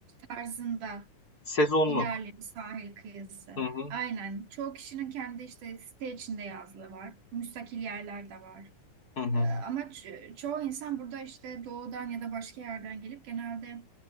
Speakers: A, on the right; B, on the left.
A: tarzında
B: Sezonluk.
A: ilerli bir sahil kıyısı.
B: Hı hı.
A: Aynen. Çoğu kişinin kendi işte site içinde yazlığı var. Müstakil yerler de var.
B: Hı hı.
A: Ee, ama ço- çoğu insan burada işte doğudan ya da başka yerden gelip genelde